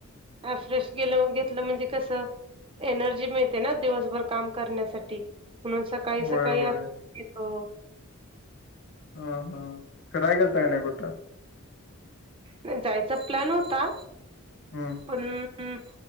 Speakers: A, on the right; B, on the left.
A: फ्रेश गेलं घेतलं म्हणजे कसं. एनर्जी मिळते ना दिवसभर काम करण्यासाठी म्हणून सकाळी
B: होय
A: सकाळी
B: होय
A: येतो.
B: ह हां खयगल तग नाही बट.
A: नाही जायचा प्लॅन होता.
B: हम्म
A: हम्.